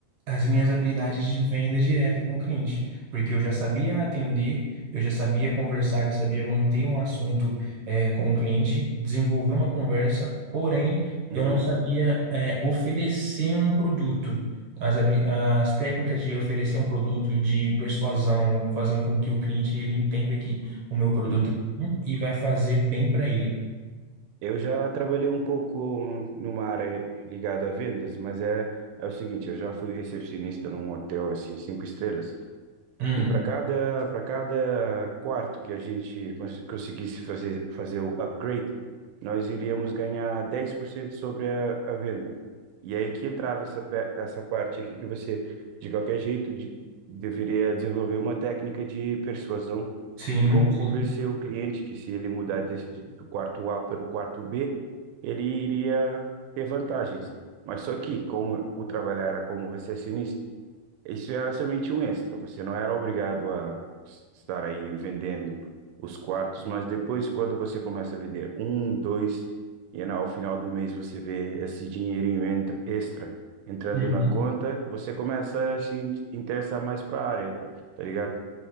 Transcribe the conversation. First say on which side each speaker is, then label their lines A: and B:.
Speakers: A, on the right; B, on the right.
A: as minhas habilidades de venda direta com o cliente, porque eu já sabia atender, eu já sabia conversar, já sabia manter um assunto eh, com o cliente, desenvolver uma conversa, porém
B: Uhum,
A: eu não sabia eh, oferecer um produto. As, habili- as técnicas de oferecer um produto, de persuasão, fazendo com que o cliente ele entenda que o meu produto
B: uhum.
A: é bom e vai fazer bem para ele.
B: Eu já trabalhei um pouco numa área ligada a vendas, mas é, é o seguinte, eu já fui recepcionista num hotel assim, cinco estrelas,
A: Hum.
B: E para cada, para cada quarto que a gente cons- conseguisse fazer, fazer o upgrade, nós iríamos ganhar 10% sobre a, a venda. E é aí que entrava essa, pe- essa parte aqui que você, de qualquer jeito, de- deveria desenvolver uma técnica de persuasão,
A: Sim,
B: de como
A: sim.
B: convencer o cliente que se ele mudar desse, de- do quarto A para o quarto B, ele iria ter vantagens. Mas só que, como o trabalho era como recepcionista, isso era somente um extra, você não era obrigado a s- estar aí vendendo os quartos, mas depois, quando você começa a vender um, dois, e na- ao final do mês você vê esse dinheirinho entra- extra entrando
A: Uhum.
B: na conta, você começa a se in- interessar mais para a área, tá, tá ligado?